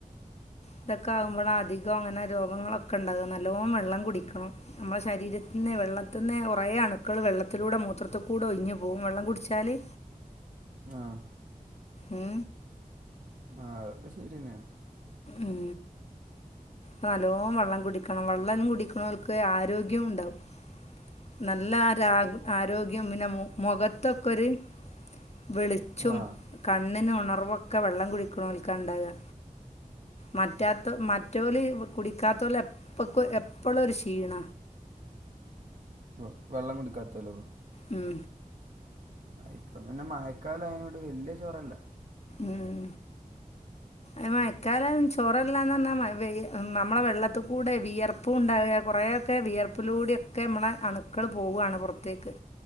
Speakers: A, on the left; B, on the right.
A: ഇതൊക്കെ ആകുമ്പോഴ അധികം അങ്ങനെ രോഗങ്ങളൊക്കെ ഇണ്ടാവുക നല്ലോണം വെള്ളം കുടിക്കണം നമ്മടെ ശരീരത്തിന്ന് വെള്ളത്തിന്ന് കുറയാണ് ക്കൾ വെള്ളത്തിലൂടെ മൂത്രത്തിൽ കൂടെ ഒഴിഞ്ഞ് പോവും വെള്ളം കുടിച്ചാല്
B: ആഹ്
A: ഉം
B: ആ അതൊക്കെ ശരിന്നെയാണ്
A: ഉം നല്ലോം വെള്ളം കുടിക്കണം വെള്ളം കുടിക്കണോൽക്ക് ആരോഗ്യവുംണ്ടാവും നല്ലരാ ആരോഗ്യം പിന്നെ മുഖത്തൊക്കൊരു വെളിച്ചും
B: ആ
A: കണ്ണിനുണർവൊക്കെ വെള്ളം കുടിക്കുന്നോൽക്കാ ഇണ്ടാവ മറ്റാത്ത മറ്റൊല് കുടിക്കാതോല്‌ എപ്പക് എപ്പളോരു ക്ഷീണ
B: ആഹ് വ വെള്ളം കുടിക്കാത്തൊലോ
A: ഉം
B: ഇപ്പ പിന്നെ മയക്കലായൊണ്ട് വല്യചോറല്ല്യ
A: ഉം എ മയക്കാലം ചോറല്ലാന്ന്റഞ്ഞാ മയപെയ് നമ്മള വെള്ളത്തികൂടെ വിയർപ്പും ഉണ്ടാവുല കുറെയൊക്കെ വിയർ പ്പിലൂടെക്കെ നമ്മളെ അണുക്കൾ പോവാണ് പൊറത്തേക്ക്